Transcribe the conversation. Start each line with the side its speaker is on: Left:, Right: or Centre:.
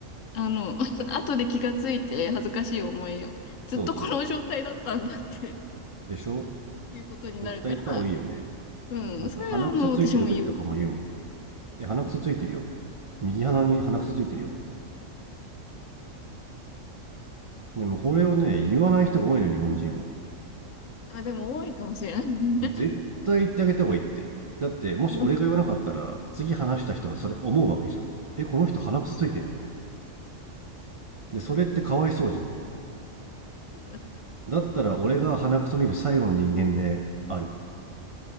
Left: あの、<laughs> 後で気がついて恥ずかしい思いを、ずっとこの状態だったんだって
Right: そうそうでしょ
Left: いうことになるから、
Right: 絶対言った方がいいよね
Left: うん、
Right: なんか鼻くそついてる時とかも言うもん
Left: それはあの、私も言う。
Right: え鼻くそついてるよって右鼻に鼻くそついてるよってでもこれをね言わない人が多いの日本人は
Left: あ、でも多いかもしれない。<laughs>
Right: 絶対言ってあげた方がいいって。だって、もし俺が言わなかったら、
Left: うん
Right: 次話した人がそれ思うわけじゃん。え、この人鼻くそついてるって。
Left: そ
Right: で、それってかわいそうじゃん。
Left: うだ
Right: だったら俺が鼻くそ見る最後の人間である。